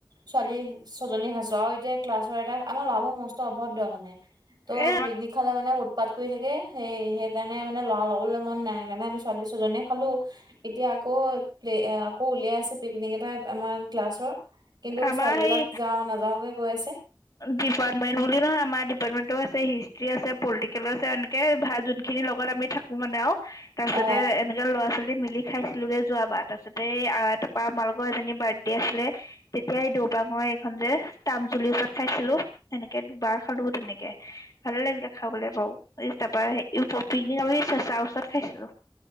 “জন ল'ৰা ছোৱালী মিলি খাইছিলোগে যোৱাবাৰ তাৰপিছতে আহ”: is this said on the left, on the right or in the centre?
Left